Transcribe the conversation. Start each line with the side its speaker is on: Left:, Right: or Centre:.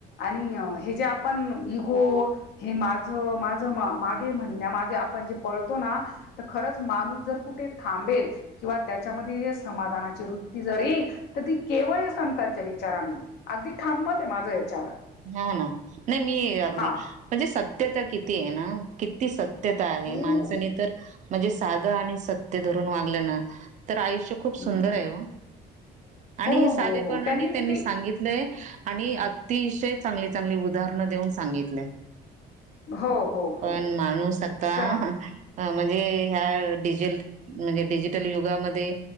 Left: आणि हे जे आपण ग हे माझ माझ मागे म्हण मागे आपण जे पळतो ना तर खरंच माणूस जर कुठे थांबेल किंवा त्याच्यामध्ये समाधाची वृत्ती जर येईल, तर ती केवळ संतांच्या विचारांनी अगदी ठांमत आहे माझं याच्यावर.
Right: हा ना नाही मी अगदी
Left: हा
Right: म्हणजे सत्यता किती आहे ना किती स त्यता आहे
Left: खूप
Right: माणसनी तर म्हणजे साध आणि सत्य धरून वागल्या ना. तर आयुष्य खूप सुंदर
Left: हम्म.
Right: आहे ओ, आणि
Left: हो
Right: हे साधेपणाने
Left: हो हो किती
Right: त्यांनी सांगितलंय. आणि अतिशय चांगली चांगली उदाहरण देऊन सांगितलय.
Left: हो हो
Right: पण
Left: हो
Right: माणूस आता
Left: स
Right: ह म्हणजे ह्या डिजेल म्हणजे डिजिटल युगामध्ये